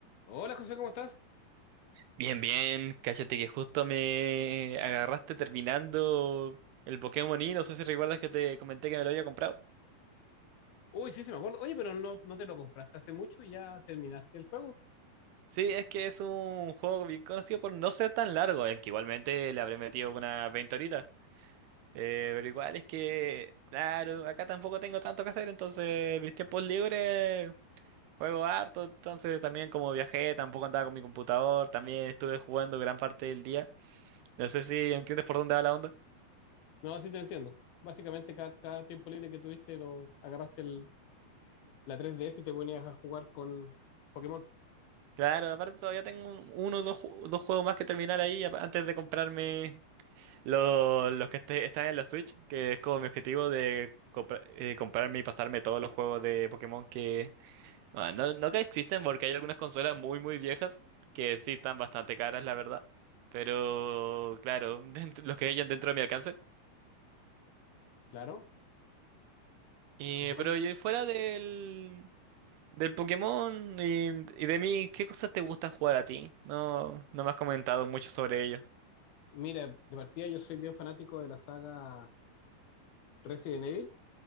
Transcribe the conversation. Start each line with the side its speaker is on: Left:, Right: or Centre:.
Left: Hola José, ¿cómo estás?
Right: Bien, bien, cállate que justo me agarraste terminando el Pokémon Y, no sé si recuerdas que te comenté que me lo había comprado.
Left: Uy, sí, sí me acuerdo. Oye, pero no, no te lo compraste hace mucho y ya terminaste el juego.
Right: Sí, es que es un juego bien conocido por no ser tan largo, aunque igualmente le habré metido unas 20 horitas. Eh, pero igual es que, claro, acá tampoco tengo tanto que hacer, entonces mis tiempos libres juego harto, entonces también como viajé, tampoco andaba con mi computador, también estuve jugando gran parte del día. No sé si entiendes por dónde va la onda.
Left: No, sí te entiendo. Básicamente cada, cada tiempo libre que tuviste lo agarraste el- la 3DS y te ponías a jugar con Pokémon.
Right: Claro, aparte todavía tengo un- uno o dos, ju- dos juegos más que terminar ahí ap- antes de comprarme lo- los que este- están en la Switch, que es como mi objetivo de compra- eh, comprarme y pasarme todos los juegos de Pokémon que... ah, no, no que existen porque hay algunas consolas muy muy viejas que sí están bastante caras, la verdad. Pero claro, <laughs> dentro, los que hayan dentro de mi alcance.
Left: Claro.
Right: Eh,
Left: Igual,
Right: pero y fuera del, del Pokémon y, y de mí, ¿qué cosas te gustan jugar a ti? No, no me has comentado mucho sobre ello.
Left: mira, de partida yo soy bien fanático de la saga Resident Evil.